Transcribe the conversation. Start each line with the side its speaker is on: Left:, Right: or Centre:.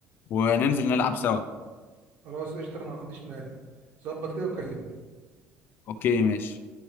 Left: وننزل نلعب سوا
Right: خلاص قشطه انا ما عنديش مانع ظبط كده وكلمني
Left: اوكي ماشي